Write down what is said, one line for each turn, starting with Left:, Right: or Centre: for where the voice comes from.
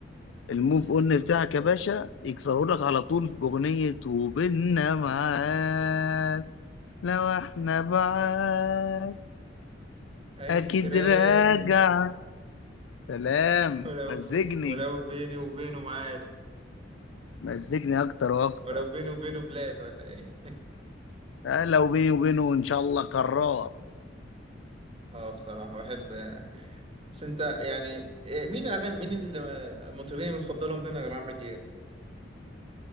Left: الموف اون بتاعك يا باشا يكسروا لك على طول في اغنية وبيننا معاد لو احنا بعاد
Right: اجي
Left: اكيد
Right: تراجع
Left: راجع سلام
Right: ولو
Left: مزجني
Right: ولو بيني وبينه معاد
Left: مزجني اكتر واكتر
Right: ولو بينه وبينه بلاد ولا ايه <laughs>
Left: آه، لو بيني وبينه ان شاء الله كرار
Right: اه بصراحة بحب بس انت يعني إيه، مين اغاني مين ال- المطربين المفضلين بينا غير عمرو دياب